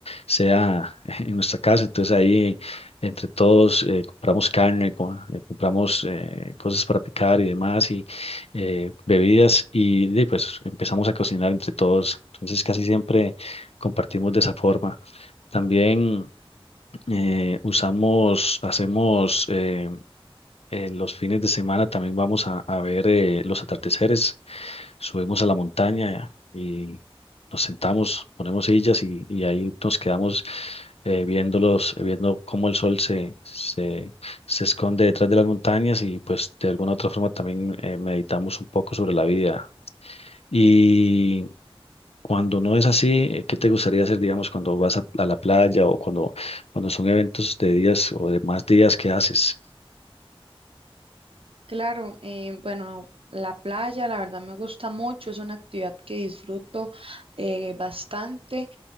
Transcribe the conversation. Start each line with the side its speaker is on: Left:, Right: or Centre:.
Left: sea <laughs> en nuestra casa. Entonces ahí entre todos eh, compramos carne, co- eh, compramos eh, cosas para picar y demás eh, bebidas y de pues empezamos a cocinar entre todos. Entonces casi siempre compartimos de esa forma. También eh, usamos, hacemos eh, eh, los fines de semana, también vamos a, a ver eh, los atardeceres, subimos a la montaña y nos sentamos, ponemos sillas y, y ahí nos quedamos eh, viéndolos, eh, viendo cómo el sol se, se, se esconde detrás de las montañas y pues de alguna otra forma también eh, meditamos un poco sobre la vida y cuando no es así, eh, ¿qué te gustaría hacer, digamos, cuando vas a, a la playa o cuando, cuando son eventos de días o de más días que haces?
Right: Claro, eh, bueno, la playa la verdad me gusta mucho, es una actividad que disfruto eh, bastante.